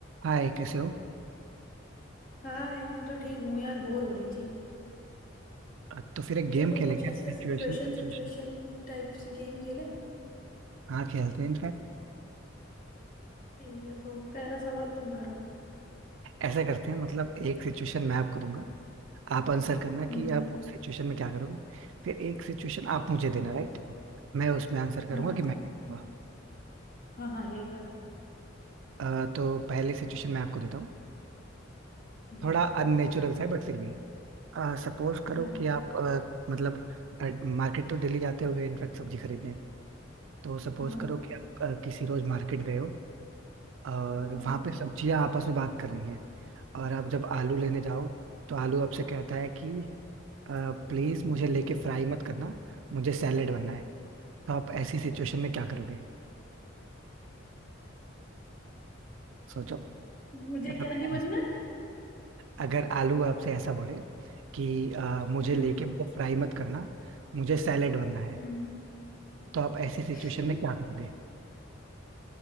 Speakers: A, on the right; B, on the left.
A: हाय कैसे हो
B: हाय मैं तो ठीक हूँ यार बोर हो रही थी
A: अ, तो फिर एक गेम
B: चलो
A: खेलेंगे
B: कुछ ऐसे
A: सिचुएशन
B: सिचुएशन
A: सिचुएशन
B: सिचुएशन टाइप्स गेम खेलें
A: हाँ खेलते हैं इनफैक्ट
B: ठीक है तो पहला सवाल तुम करो
A: ऐसा करते हैं मतलब एक सिचुएशन मैं आपको दूंगा आप आंसर करना
B: हम्म
A: कि आप उस सिचुएशन में क्या करोगे फिर एक सिचुएशन आप मुझे देना राइट मैं उसमें आंसर करूंगा
B: हाँ हाँ
A: कि मैं क्या
B: हाँ हाँ यही वाला
A: करूंगा। अ, तो पहले सिचुएशन मैं आपको देता हूँ
B: यस
A: थोड़ा अननेचुरल सा है बट फिर भी है सपोज करो
B: हाँ
A: कि आप अ, मतलब मार्केट तो डेली जाते होगे इनफैक्ट सब्जी खरीदने तो सपोज
B: हाँ
A: करो कि आप अ, किसी रोज मार्केट गए हो और
B: हाँ
A: वहां पे सब्जियां आपस में बात कर रही हैं और आप जब आलू लेने जाओ तो आलू आपसे कहता है कि प्लीज मुझे लेके फ्राई मत करना मुझे सैलेड बनना है तो आप ऐसी सिचुएशन में क्या करोगे सोचो
B: हम्म, मुझे
A: मतलब
B: क्या नहीं
A: ऐस-
B: बनना है?
A: अगर आलू आपसे ऐसा बोले कि अ, मुझे
B: हम्म
A: लेके मुझे फ्राई मत करना मुझे सैलेड बनना है
B: हम्म
A: तो आप ऐसी सिचुएशन
B: <laughs>
A: में क्या करोगे